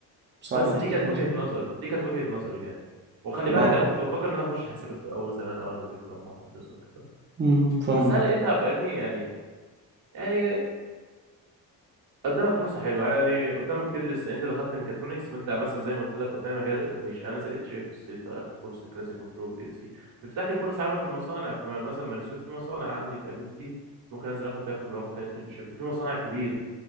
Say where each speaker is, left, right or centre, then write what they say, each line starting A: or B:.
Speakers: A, on the right; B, on the right.
A: صح
B: بس
A: انت
B: دي
A: بتتكلم
B: كانت وجهه
A: صح
B: نظري دي كانت وجهه نظري يعني وخلي بالك
A: اه
B: انا كنت بفكر ان انا اخش حاسبات في الاول زمان اول ما جبت مهندس وكده
A: مم، فاهمك
B: بس انا لقيتها فاهمني يعني يعني قدامك فرصه حلوه يعني قدامك تدرس انت دخلت ميكاترونكس فانت مثلا زي ما قلت لك قدامي مجال الاوتوميشن انا نازل اتش اي في الصيف اخد كورس كلاسيك كنترول بي ال سي بيفتح لي فرص عمل في المصانع في م- مثلا بني سويف في مصانع عندي فاهمني كتير ممكن انزل اخد فيها خبره واخد فيها انترنشيب وفي مصانع كبيره